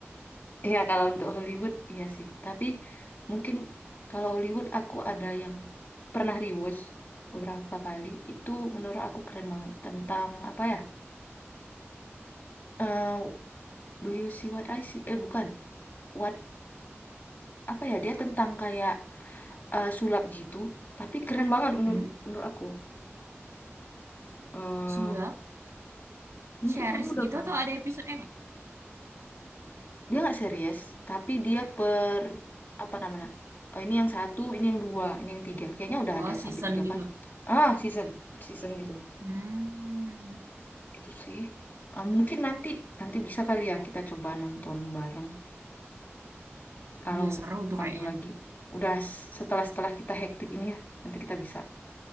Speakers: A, on the left (about 45°); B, on the right (about 85°).
A: Iya, kalau untuk Hollywood, iya sih. Tapi mungkin kalau Hollywood aku ada yang pernah rewatch beberapa kali. Itu menurut aku keren banget. Tentang apa ya? Eh, do you see what I see? Eh, bukan. What... Apa ya? Dia tentang kayak eh, sulap gitu, tapi keren banget menurut
B: Hmm?
A: menurut aku. eh
B: Sulap,
A: mungkin
B: series
A: kamu udah
B: gitu
A: pernah.
B: atau ada episode ini?
A: Dia nggak serius, tapi dia per apa namanya? Oh, ini yang satu, ini yang dua, ini yang tiga. Kayaknya udah ada
B: Oh, season
A: sampai tiga
B: gitu.
A: kali. gitu. Ah, season, season gitu.
B: Hmm.
A: Itu sih. Eh, mungkin nanti nanti bisa kali ya kita coba nonton bareng. Kalau
B: Iya, seru tuh
A: kamu
B: kayaknya.
A: lagi udah s- setelah setelah kita hektik ini ya, nanti kita bisa.